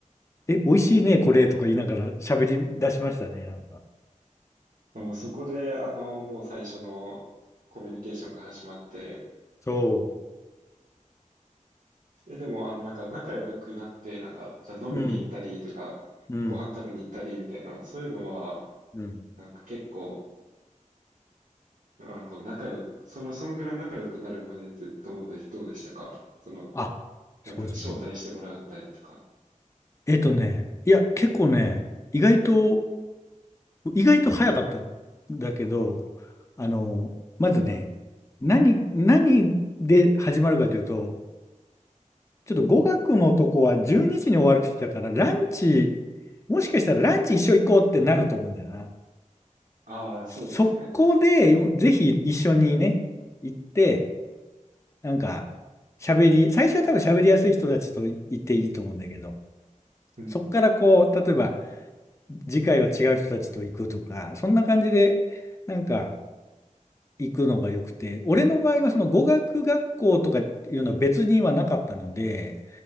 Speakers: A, on the left; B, on the right.
A: え、美味しいね、これとか言いながら喋り出しましたね、
B: あもう、
A: なんか。
B: あもうそこで、あの、もう最初のコミュニケーションが始まって、
A: そ
B: え、でも、あの、なんか仲良くなって、なんか、じゃあ飲みに行ったりとか、
A: う。うん、うん、
B: ご飯食べに行ったりみたいな、そういうのは、
A: うん。
B: なんか結構、あ、こう仲良く、その、そんぐらい仲良くなるまでってどうで、どうでしたかその、
A: あ、
B: なんか、
A: そうですね。
B: 招待してもらったりとか。
A: えっとね、いや、結構ね、意外と、意外と早かったんだけど、あの、まずね、何、何で始まるかというと、ちょっと語学のとこは12時にじに終わるって言ってたから、ランチ、もしかしたらランチ一緒行こうってなると思うんだよな。
B: ああ、
A: そこで、
B: そうですね。
A: ぜひ一緒にね、行って、なんか、喋り、最初は多分喋りやすい人たちと行っていいと思うんだけど、
B: うん、
A: そこからこう、例えば、次回は違う人たちと行くとか、そんな感じで、なんか行くのが良くて、俺の場合はその語学学校とかっていうのは別にはなかったので、